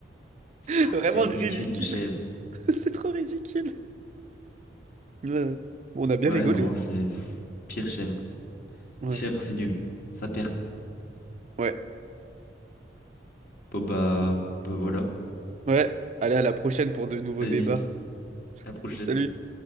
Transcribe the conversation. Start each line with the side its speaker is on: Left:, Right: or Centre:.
Left: Ça,
Right: <laughs> vraiment
Left: c'est ridicule,
Right: ridicule.
Left: une chèvre.
Right: <laughs> C'est trop ridicule. Ouais. Bon, on a bien
Left: Ouais,
Right: rigolé.
Left: non, c'est pff, pire chèvre.
Right: Ouais.
Left: Les chèvres, c'est nul. Ça perd.
Right: Ouais.
Left: Bon, bah, bah voilà.
Right: Ouais, allez, à la prochaine pour de nouveaux
Left: Vas-y,
Right: débats.
Left: à la prochaine.
Right: Salut!